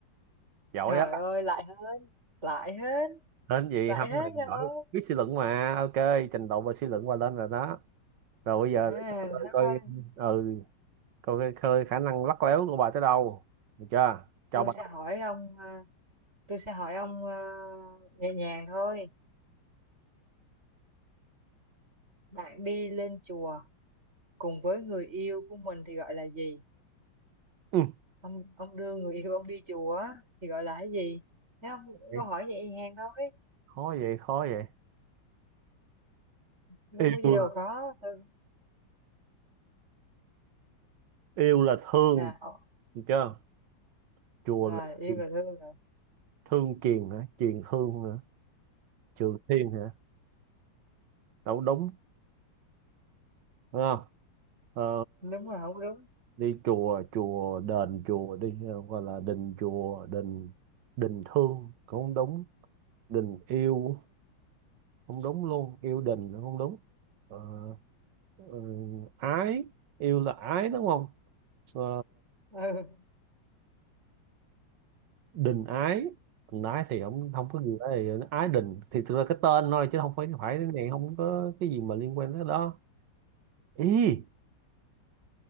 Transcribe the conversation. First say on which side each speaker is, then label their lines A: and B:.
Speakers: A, on the right; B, on the right.
A: Giỏi
B: trời
A: á.
B: ơi lại hên lại hên
A: Nên gì
B: lại
A: không
B: hên
A: này
B: rồi
A: giỏi
B: à,
A: biết suy luận mà. Ok, trình độ và suy luận qua lên rồi đó. Rồi bây
B: thôi
A: giờ để cho tôi coi
B: thôi
A: ừ coi coi coi khả năng lắt léo của bà tới đâu. Được chưa? Cho
B: tôi
A: bà.
B: sẽ hỏi ông à, Tôi sẽ hỏi ông ờ, nhẹ nhàng thôi. Bạn đi lên chùa cùng với người yêu của mình thì gọi là gì?
A: Ừ.
B: Ông ông đưa người yêu ông đi chùa á, thì gọi là cái gì? Thấy không?
A: Vậy,
B: Câu hỏi nhẹ nhàng thôi.
A: Khó vậy, khó vậy.
B: Đâu
A: Yêu
B: có gì đâu
A: là
B: khó. Ừ.
A: yêu là thương
B: Là ờ,
A: Được chưa? Chùa
B: là
A: là
B: yêu
A: Kiền-
B: và thương là
A: Thương Kiền hả? Kiền Thương hả? Trường Thiên hả? Đâu đúng. Đúng không? Ờ,
B: đúng là không đúng.
A: đi chùa, chùa, đền chùa đi. ờ, Gọi là đình chùa, đình đình thương. Không đúng. Đình yêu. Không đúng luôn. Yêu đình là không đúng. Ờ, ờ, ái. Yêu là ái đúng không? Ờ,
B: Ừ.
A: đình ái. Đình ái thì không không có gì ấy. Ái đình thì thực ra cái tên thôi chứ không phải phải cái này không có cái gì mà liên quan tới đó. Ý